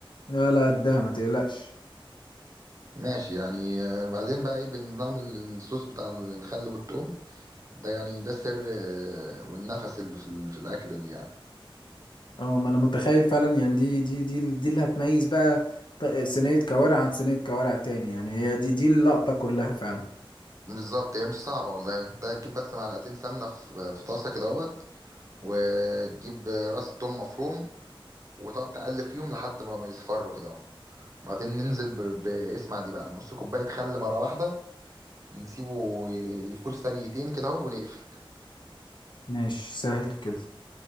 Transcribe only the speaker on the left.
لا لا قدها ما تقلقش
اه ما انا متخيل فعلا يعني دي دي دي دي اللي هتميز بقى ط- صينية كوارع عن صينية كوارع تاني يعني هي دي دي اللقطة كلها فعلا
ماشي سهل كده